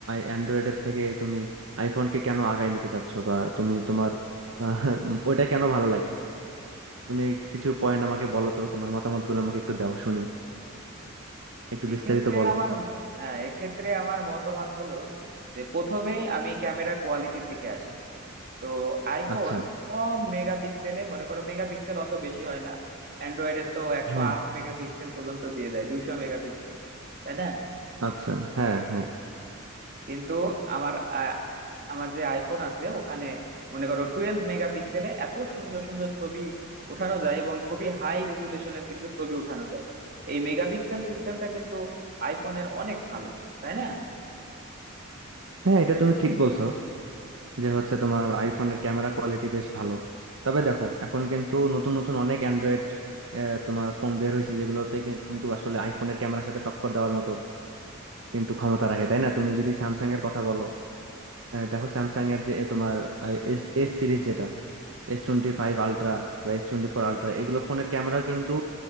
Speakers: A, on the right; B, on the right.
A: অ্যান্ড্রয়েডের থেকে তুমি আইফোনকে কেন আগায় নিতে চাচ্ছ বা তুমি তোমার আহ, <laughs> উম, ওইটা কেন ভালো লাগে তুমি কিছু পয়েন্ট আমাকে বলো তো তোমার মতামতগুলো আমাকে একটু দাও শুনি একটু
B: এক্ষেত্রে
A: বিস্তারিত বলো
B: আমার হ্যাঁ এক্ষেত্রে আমার মতামত হলো যে প্রথমেই আমি ক্যামেরা কোয়ালিটির দিকে আসি তো আইফোন
A: আচ্ছা
B: কম মেগাপিক্সেলে মনে করো মেগাপিক্সেল অত বেশি হয় না অ্যান্ড্রয়েডের তো একশো
A: হ্যাঁ
B: আট মেগাপিক্সেল পর্যন্ত দিয়ে দেয় দুইশো মেগাপিক্সেল তাই না
A: আচ্ছা হ্যাঁ হ্যাঁ
B: কিন্তু আমার আ- আমার যে আইফোন আছে ওখানে মনে করো টুয়েলভ মেগাপিক্সেলে এত সুন্দর সুন্দর ছবি উঠানো যায় এবং খুবই হাই রেজুলেশনের কিন্তু ছবি উঠানো যায় এই মেগাপিক্সেল সিস্টেমটা কিন্তু আইফোনের অনেক ভালো তাই না
A: হ্যাঁ এটা তুমি ঠিক বলছো যে হচ্ছে তোমার আইফোনের ক্যামেরা কোয়ালিটি বেশ ভালো তবে দেখো এখন কিন্তু নতুন নতুন অনেক অ্যান্ড্রয়েড তোমার ফোন বের হয়েছে যেগুলোতে কিন্তু আসলে আইফোনের ক্যামেরার সাথে টক্কর দেওয়ার মতো কিন্তু ক্ষমতা রাখে তাই না তুমি যদি স্যামসাং এর কথা বলো হ্যাঁ, দেখো স্যামসাং এর যে এ তোমার এস এস সিরিজ যেটা এস টোয়েন্টি ফাইভ আলট্রা বা এস টোয়েন্টি ফোর আলট্রা এগুলো ফোনের ক্যামেরা কিন্তু